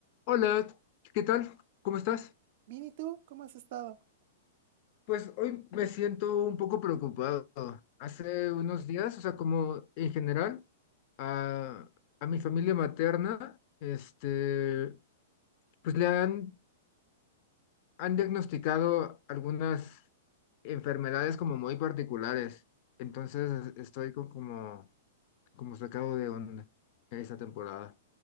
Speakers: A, on the left; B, on the right.
A: Hola, ¿qué tal? ¿Cómo estás?
B: Bien, ¿y tú? ¿Cómo has estado?
A: Pues hoy me siento un poco preocupado. Hace unos días, o sea, como en general, a, a mi familia materna, este, pues le han, han diagnosticado algunas enfermedades como muy particulares. Entonces estoy co- como, como sacado de onda esta temporada.